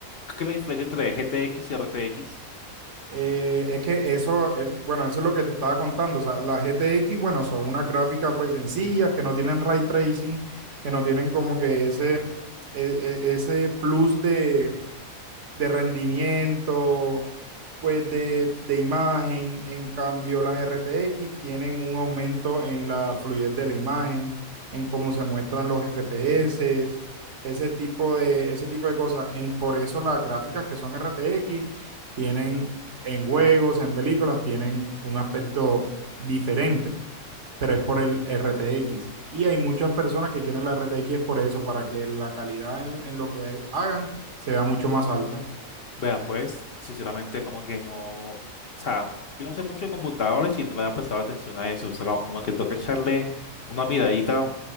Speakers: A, on the left (about 50°); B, on the right (about 60°).
A: ¿qué es la diferencia entre GTX y RTX?
B: Eh, es que eso, eh, bueno, eso es lo que te estaba contando. O sea, las GTX, bueno, son unas gráficas pues sencillas, que no tienen ray tracing, que no tienen como que ese, e- e- ese plus de, de rendimiento, pues de, de imagen. En cambio, las RTX tienen un aumento en la fluidez de la imagen, en cómo se muestran los FPS, ese tipo de, ese tipo de cosas. En, por eso las gráficas que son RTX tienen en juegos, en películas, tienen un aspecto diferente, pero es por el RTX. Y hay muchas personas que quieren la RTX por eso, para que la calidad en, en lo que hagan se vea mucho más alta.
A: Vea, pues, sinceramente como que no, o sea, yo no sé mucho de computadores y no le había prestado atención a eso, o sea, como como que toca echarle una miradita